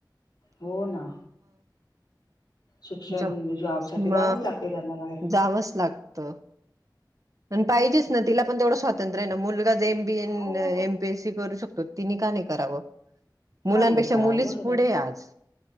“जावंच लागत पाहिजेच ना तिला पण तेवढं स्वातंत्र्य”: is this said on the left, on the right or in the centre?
Right